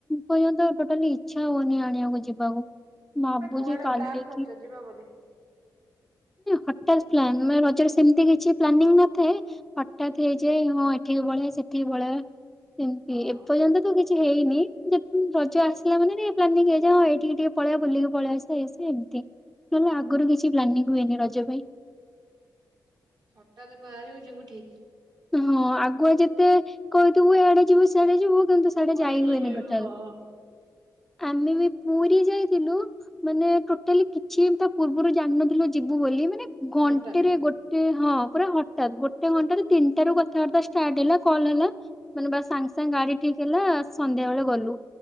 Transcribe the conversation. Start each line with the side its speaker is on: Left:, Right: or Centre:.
Centre: ପର୍ଯ୍ୟନ୍ତ ଆଉ ଟୋଟାଲି ଇଚ୍ଛା ହଉନି ଆଣିବାକୁ ଯିବାକୁ ଭାବୁଛି
Right: କୁଆଡେ
Centre: କାଲି
Right: ପ୍ଲାନ କରିଛ ଯିବା ବୋଲି?
Centre: ହଠତ୍ ପ୍ଲାନ ମାନେ ରଜରେ ସେମିତି କିଛି ପ୍ଲାନିଂ ନଥାଏ ହଠତ୍ ହେଇଯାଏ ହଁ ଏଠିକି ପଳେଇ ସେଠି ପେଇବା ଏମତି
Right: ଓହୋ।
Centre: ଏପର୍ଯ୍ୟନ୍ତ ତ କିଛି ହେଇନି ରଜ ଆସିଲା ମାନେ ପ୍ଲାନିଂ ହେଇଯା ହଁ ଏଇଠିକି ଟିକେ ପଳେଇଆ ବୁଲିକି ପଳେଇ ଆସିବା ଏମିତି ନହେଲେ ଆଗରୁ କିଛି ପ୍ଲାନିଂ ହୁଏନି ରଜ ପାଇଁ
Right: ହଠାତ ବାହାରିବୁ ଯିବୁ ଠିକ।
Centre: ହଁ ଆଗୁଆ ଯେତେ କହିଥିବୁ ଏଆଡେ ଯିବୁ ସଆଡେ ଯିବୁ କିନ୍ତୁ ସିଆଡେ
Right: କୁଆଡେ
Centre: ଯାଇ
Right: ଯାଇପରିବୁନୁ
Centre: ହୁଏନି ଟୋଟାଲ।
Right: ହଁ।
Centre: ଆମେ ବି ପୁରୀ ଯାଇଥିଲୁ ମାନେ ଟୋଟାଲି କିଛି ତା ପୂର୍ବରୁ ଜାଣିନଥିଲୁ ଯିବୁ ବୋଲି ମାନେ ଘଣ୍ଟେରେ
Right: ହଠାତେ।
Centre: ଗୋଟେ ହଁ ପୁରା ହଠତ୍ ଗୋଟେ ଘଣ୍ଟେ ତିନିଟାରୁ କଥାବାର୍ତ୍ତା ଷ୍ଟାଟ୍ ହେଲା କଲ୍ ହେଲା ମାନେ ବା ସାଙ୍ଗେ ସାଙ୍ଗେ ଗାଡି ଠିକ ହେଲା ସନ୍ଧ୍ୟା ବେଳେ ଗଲୁ।